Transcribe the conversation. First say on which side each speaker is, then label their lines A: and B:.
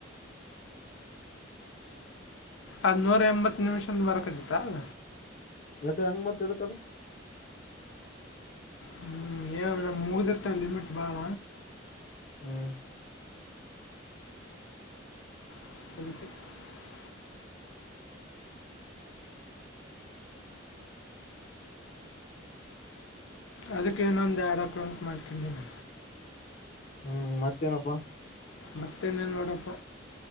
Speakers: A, on the left; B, on the left.
A: ಅದ್ ನೂರ ಎಂಬತ್ತು ನಿಮಿಷ ಬರಕಜತ್ತ ಅ
B: ನಟ ಹೆಂಗ ಬಂತು ಎದುಕ್ ಅದು
A: ಹ್ಮ್ ಏ ನಮ ಮುಗ್ದಿರ್ತ ಲಿಮಿಟ್ ಬಾಳ
B: ಹ್ಮ್
A: ಹ ಅದಕ್ಕೇನೊಂದು ಎಡಕ ಉಂಟ ಮಾಡ್ಕನ್ ನ
B: ಹ್ಮ್ ಮತ್ತೇನಪ್ಪಾ
A: ಮತ್ತೆೇನೇನ್ ನೋಡಪ್ಪ